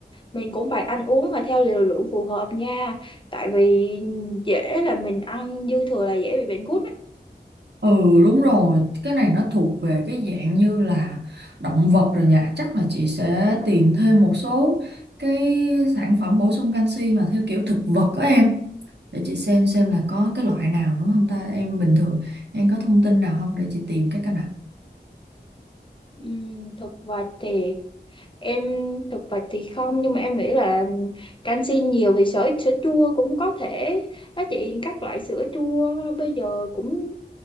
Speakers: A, on the left (about 30°); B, on the right (about 75°).
A: mình cũng phải ăn uống mà theo liều lượng phù hợp nha tại vì dễ là mình ăn dư thừa là dễ bị bệnh gút á
B: ừ đúng rồi, cái này nó thuộc về cái dạng như là động vật rồi nhỉ. Chắc là chị sẽ tìm thêm một số cái sản phẩm bổ sung canxi mà theo kiểu thực vật đó em. Để chị xem xem là có cái loại nào nữa không ta. Em bình thường em có thông tin nào không để chị tìm cái cái nào.
A: Ừm, thực vật thì em thực vật thì không nhưng mà em nghĩ là canxi nhiều thì sữa sữa chua cũng có thể đó chị các loại sữa chua bây giờ cũng